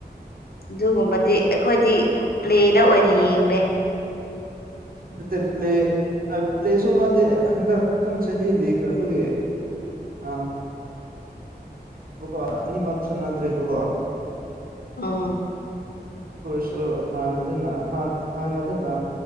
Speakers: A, on the left; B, on the right.
A: ꯑꯗꯨꯒꯨꯝꯕꯗꯤ ꯑꯩꯈꯣꯏꯗꯤ ꯄ꯭ꯂꯦꯗ ꯑꯣꯏꯅ ꯌꯦꯡꯂꯡꯦ
B: ꯃ ꯄ꯭ꯂꯦ ꯄ꯭ꯂꯦ ꯁꯣ ꯃꯥꯗꯤ ꯍꯟꯗꯛ ꯇꯝ ꯆ ꯍꯜꯂꯤ ꯈꯕꯒꯤ ꯑ ꯕꯀꯣ ꯑꯅꯤꯃꯛ ꯁꯨꯅꯗ꯭ꯔꯦꯕꯀꯣ
A: ꯑꯥ
B: ꯁꯨꯣ ꯍꯅ ꯑꯗꯨꯅ ꯍ ꯍꯅ ꯑꯗꯨꯅ